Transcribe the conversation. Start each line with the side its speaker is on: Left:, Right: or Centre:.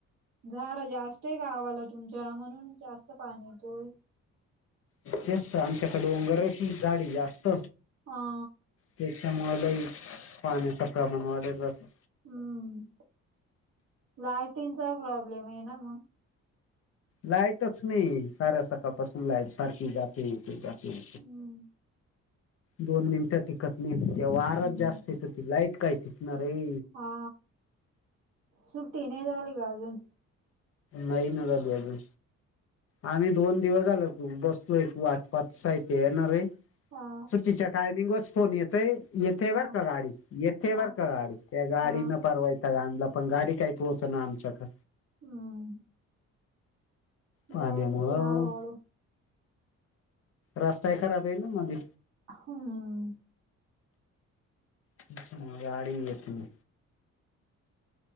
Right: झाड जास्त आहे गावाला तुमच्या म्हणून जास्त पाणी येतोय.
Left: तेच तर आमच्याकडे <unintelligible> झाडी जास्त
Right: हा
Left: त्याच्यामुळेलाय पाण्याचा प्रमाण वाढेल राहतो.
Right: हम्म. लाइटी नचा प्रॉब्लेम आहे ना मग.
Left: लाईटच नाही. साऱ्या सकाळपासून लाईट सारखी जात ते येते जाते.
Right: हम्म
Left: दोन मिनिट वारा
Right: हम्म
Left: च जास्त हे तर ती लाईट काय टिकणार हे.
Right: हा सुट्टी नाही झाली का अजून?
Left: नाही ना झाली अजून. आम्ही दोन दिवस झालो बसतोय वाटपात साहित्य येणार हे.
Right: हा.
Left: सुट्टीच्या टाईमिंगच फोन येतय येते
Right: हा
Left: बर का गाडी, येते
Right: हा
Left: बर का गाडी़, त्या
Right: हा
Left: गाडी ने पार वै ताग आणला. पण गाडी काही पोहोच ना आमच्याकड.
Right: हम
Left: पाण्यामुळं
Right: येईल येईल हळू हळू
Left: रस्ताय खराब हे ना ना मध्ये.
Right: हम
Left: त्याच्यामुळे गाडी ही येत नही.